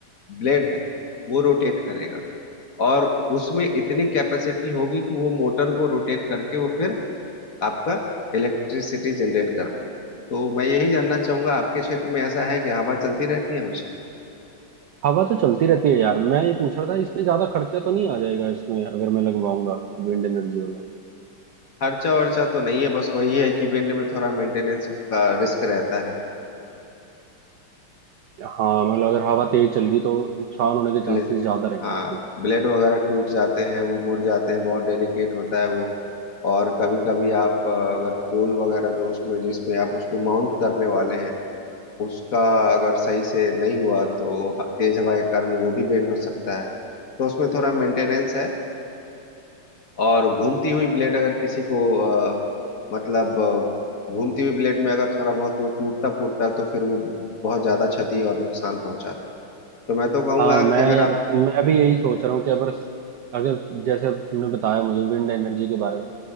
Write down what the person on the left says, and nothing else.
ब्लेड है वो रोटेट करेगा और उसमें इतनी कैपेसिटी होगी कि वो मोटर को रोटेट करके वो फिर आपका इलेक्ट्रिसिटी जनरेट कर पाए तो मैं यही जानना चाहूंगा आपके क्षेत्र में ऐसा है कि हवा चलती रहती है हमेशा
खर्चा वर्चा तो नहीं है बस वही है कि विंड में थोड़ा मेंटेनेंस का रिस्क रहता है
ब्लेड
हाँ
ब्लेड वगैरह टूट जाते हैं वो मुड़ जाते हैं बहुत डेलिकेट होता है वो और कभी कभी आप अ, अगर पोल वगैरह जो उसमें जिसमें आप उसको माउंट करने वाले हैं उसका अगर सही से नहीं हुआ तो ह- तेज हवा के कारण वो भी बेंड हो सकता है तो उसमें थोड़ा मेंटेनेंस है और घूमती हुई ब्लेड अगर किसी को अ, मतलब अ, घूमती हुई ब्लेड में अगर थोड़ा बहुत वो टूटता फूटता तो फिर वो बहुत ज्यादा क्षति और नुकसान पहुंचाता तो मैं तो कहूंगा
कि अगर
आप